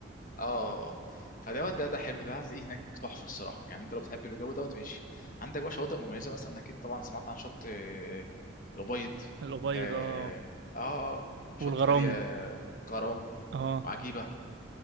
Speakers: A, on the left; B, on the right.
A: اه آه، آه. فدوت ده ده حلو ده هتلاقيه هناك تحفه الصراحه يعني انت لو بتحب الجو دوت ماشي عندك بقى شواطئ مميزه مثلا اكيد طبعا سمعت عن شط آه، الأبيض
B: الأبيض
A: اه
B: اه
A: اه آه، شط
B: والغرام
A: غري آه، غرام
B: اه
A: وعجيبه